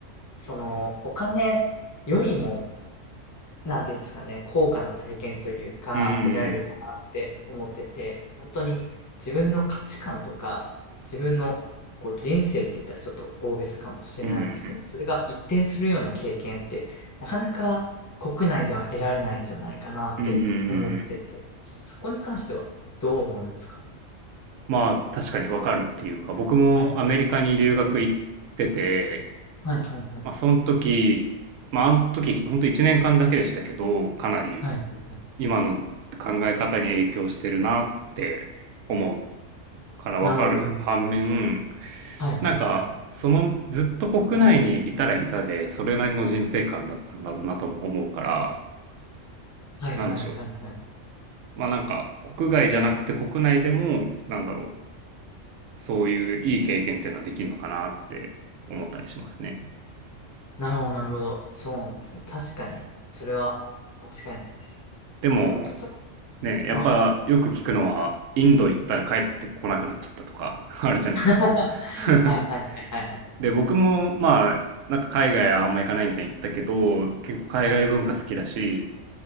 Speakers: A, on the left; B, on the right.
A: その、お金よりもなんていうんですかね、高価な体験というか、
B: うんうん
A: 得られるかなって思ってて、本当に自分の価値観とか、自分のこう人生って言ったらちょっと大げさかもしれないんですけど、
B: うん。うんうんうん。
A: それが一転するような経験って、なかなか国内では得られないんじゃないかなって思ってて、
B: うんうんうんはいはいうんうんうんうんうんうんうんうん
A: そこに関してはどう思いますか
B: まあ、確かにわかるっていうか、僕もアメリカに留学行ってて、
A: はい、はい、はい、はい。
B: まあ、その時、まあ、あの時、本当と1年間だけでしたけど、かなり
A: はい、はい。
B: 今の考え方に影響してるなって思うからわかる反面、
A: なるほど、なるほど。はい、はい、
B: なんか、
A: はい。
B: その、ずっと国内にいたらいたで、それなりの人生観だったんだろうなとも思うから、
A: はい、
B: なんでしょう。
A: はい、はい、はい。
B: まあなんか国外じゃなくて国内でも、なんだろう、そういういい経験っていうのはできるのかなって思ったりしますね。
A: なるほど、なるほど。そうなんですね。確かに。それは間違いないです。
B: でも、
A: でも、例え
B: ね、やっぱよく聞くのは、
A: ば、あ、はいはい。
B: インド行ったら帰ってこなくなっちゃったとか <laughs>、あるじゃないですか。
A: <laughs>
B: <laughs>
A: はいはいはいはいはい。
B: で、僕もまあ、なんか海外はあんま行かないみたいに言ったけど、結構海外文化好きだし、
A: はいはい。